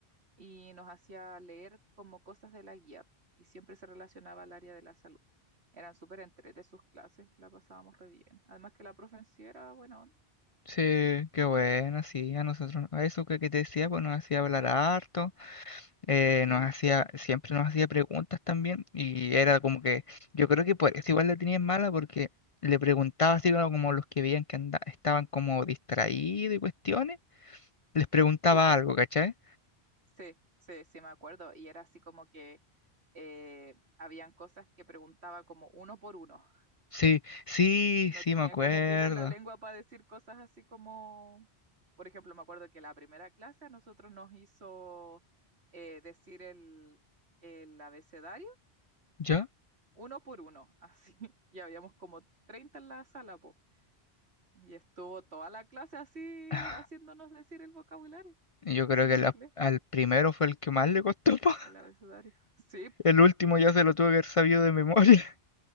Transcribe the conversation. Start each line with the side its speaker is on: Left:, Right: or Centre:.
Right: y nos hacía leer como cosas de la guía y siempre se relacionaba al área de la salud. Eran súper entre sus clases, la pasábamos re bien. Además que la profe en sí era buena onda.
Left: Sí, qué bueno, sí, a nosotros, a eso que, que te decía, pues nos hacía hablar harto. eh,
Right: Sí,
Left: nos hacía, siempre nos hacía preguntas también y era como que, yo creo que por eso igual la tenían mala porque le preguntaba así como, como los que veían que anda- estaban como distraídos y cuestiones, les preguntaba
Right: sí, pues.
Left: algo, ¿cachai?
Right: Sí, sí, sí, me acuerdo. Y era así como que eh, habían cosas que preguntaba como uno por uno.
Left: Sí, sí,
Right: No
Left: sí,
Right: tenía
Left: me acuerdo.
Right: como pelo en la lengua para decir cosas así como, por ejemplo, me acuerdo que la primera clase a nosotros nos hizo eh, decir el, el abecedario
Left: ¿Yo?
Right: uno por uno, así. <laughs> Y habíamos como 30 en la sala, po. Y estuvo toda la clase así
Left: <sighs>
Right: haciéndonos decir el vocabulario
Left: Yo creo
Right: en
Left: que
Right: inglés,
Left: la- al primero fue el que más le costó, po. <laughs>
Right: el abecedario. <laughs> Sí,
Left: El último ya se lo tuve que haber sabido de memoria. <laughs>